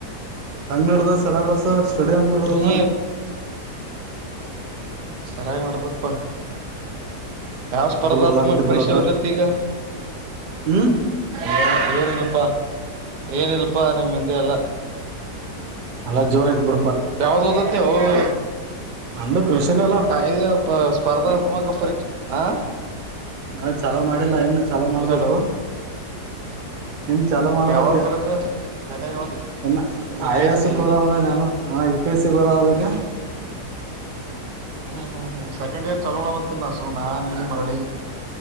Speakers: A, on the right; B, on the right.
A: ಹಂಗೆ ನಡ್ದ ಸಿಲಬಸ್ ಸ್ಟಡಿ ಹಂಗೆ ನಡ್ದದ
B: ನೀ ಸರಿಾಗಿ ನಡದಪ್ಪ ಯಾವ ಸ್ಪರ್ಧಾತ್ಮಕ
A: ಫುಲ್ ಓದಾಕತಿರ್
B: ಪರೀಕ್ಷೆ
A: ಬಿಡಟ
B: ಬರಲತ್ತ ಈಗ
A: ಹ್ಮ್
B: ಏ ಏನಲ್ಪಾ ಏನಲ್ಪಾ ನಿಮ್ಮ ಹಿಂದೆ ಎಲ್ಲ
A: ಅಲ್ಲ ಜೋರ ಐತ್ ಬಿು
B: ಯಾವದ <unintelligible>
A: ನಂದು ಕೃಷಿನ ಅಲ್ಲ
B: ಇ ಸ್ಪರ್ಧಾತ್ಮಕ ಪರೀಕ್ಷ ಹ
A: ನಾವು ಚಲೋ ಮಾಡಿಲ್ಲ ಇನ್ನುೂ ಚಲೋ ಮಾಡ್ಬೇಕು
B: ಹಲೋ
A: ಇನ್ ಚಲೋ ಮಾಡ್ಬೇಕೆ
B: ಯಾವಾಗ ಬರುತ್ತ ತಲೆ ಯಾವ್ದ
A: ಇನ್ನು
B: ಯು
A: ಆಯಾಸಕ್
B: ಪಿ ಎಸ್ ಸಿ
A: ಹೋದಾಮದ ನಾನು ಹಾ ಇದು ಪೇ ಸಿಿಗೆ ಗೋದ ಅದ ರೀ
B: ಹ್ಮ್ ಹ್ಮ್ ಹ್ಮ್ ಸೆಕಂಡ್ ಇಯರ್ ಚೋಣ ಅಂತೀನ್ಿಸ ನಾ ನೀ ಮಳಿ